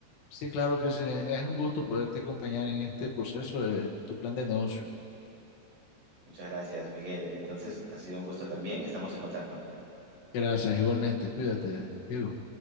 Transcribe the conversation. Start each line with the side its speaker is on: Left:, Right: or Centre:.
Left: Sí, claro que sí. Es un gusto poderte acompañar en este proceso de tu plan de negocio.
Right: Muchas gracias, Miguel. Entonces, ha sido un gusto también, estamos en contacto.
Left: Gracias, igualmente. Cuídate, Diego.